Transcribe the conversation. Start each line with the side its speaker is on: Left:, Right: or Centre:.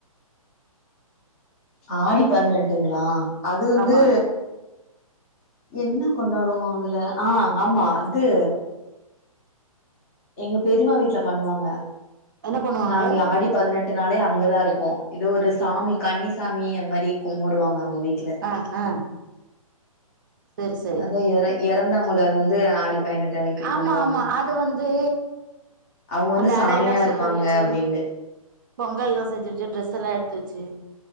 Left: ஆடி பதினெட்டுங்ளா அது வந்து
Right: ஆமா
Left: என்ன கொண்டாடுவோ அதுல ஆ, ஆமா அது எங்க பெரிம்மா வீட்ல பண்ணுவாங்க
Right: என்ன பண்ணுவாங்க
Left: நாங்க ஆடி பதினெட்டுனாலே அங்கதா இருப்போ, ஏதோ ஒரு சாமி கன்னி சாமி அந்த மாரி கும்பிடுவாங்க அவங்க வீட்ல
Right: ஆ ஆ செரி, செரி,
Left: அதா எற இறந்தவங்கள வந்து ஆடி பதினெட்டு அன்னைக்கு
Right: ஆமா
Left: கும்பிடுவாங்க.
Right: ஆமா அது வந்து
Left: அவங்க வந்து
Right: அந்த
Left: சாமியா
Right: அடை எல்லா சுட்டு
Left: இருப்பாங்க
Right: வச்சு
Left: அப்டின்ட்டு.
Right: பொங்கல்லா செஞ்சுவச்சு ட்ரெஸ் எல்லா எடுத்து வச்சு